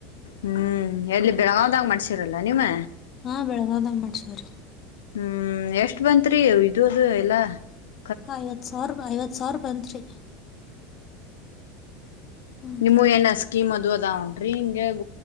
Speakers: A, on the left; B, on the left.
A: ಹ್ಮ್ ಎಲ್ಲಿ ಬೆಳಗಾದಂಗ <unintelligible> ಮಾಡ್ಸಿರಲ್ಲ ನೀ ಮ
B: ಹಾ ಬೆಳಗಾಂವ <unintelligible> ಮಾಡ್ಸಿವ್ ರೀ
A: ಹ್ಮ್ ಎ ಎಷ್ಟ ಬಂತ್ರಿ ಇದು ಅದು <unintelligible> ಎಲ್ಲ <unintelligible>
B: ಐವತ್ತು ಸಾವಿರ <unintelligible> ಐವತ್ತು ಸಾವಿರ ಬಂತ್ರಿ ಹ್ಞೂ
A: ನಿಮ್ಮ
B: ಸರಿ.
A: ಏನ <unintelligible> ಸ್ಕೀಮ್ ಅದು <unintelligible>